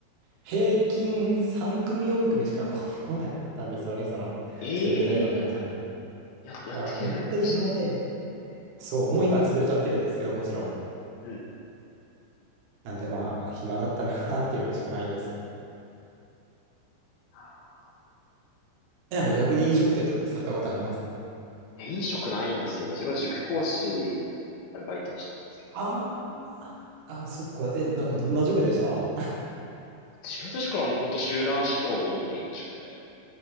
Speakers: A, on the right; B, on the left.
A: 平均3組4組しか来なかったんですよね、その一人二人のお客さんが。
B: ええや、やってくれるんですか、
A: だから本当に暇で、
B: それ。ええ。
A: そう、もう今潰れちゃってるんですけど、もちろん。
B: うん。
A: なんでまあ、暇だったなっていうのしかないです。
B: なるほ
A: え、なんか逆に飲食店とかでされたことあります
B: どいや、飲食ないんですよね。自分は塾講師のアルバイトをしてたんですけどずっと、
A: あーあー、そっか。え、なんかどんな塾でした <laughs>
B: 自分の塾はもう本当集団指導オンリーの塾で、